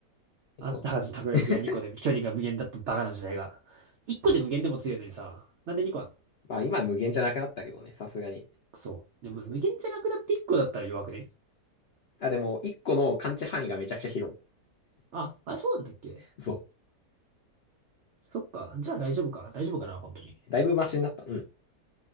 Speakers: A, on the right; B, on the left.
A: あったはずたこ焼きが2個で距離が無限だったバカな時代が。
B: そう。<laughs>
A: 1個で無限でも強いのにさ。なんで2個あんの
B: まあ、今は無限じゃなくなったけどね、さすがに。
A: クソ。でも無限じゃなくなって1個だったら弱くね
B: そう。あ、でも、1個の感知範囲がめちゃくちゃ広い。
A: あ、あれそうなんだっけ
B: <laughs> そ
A: そっか。じゃあ大丈夫か。大丈夫かな本当に。
B: う。だいぶマシになった。うん。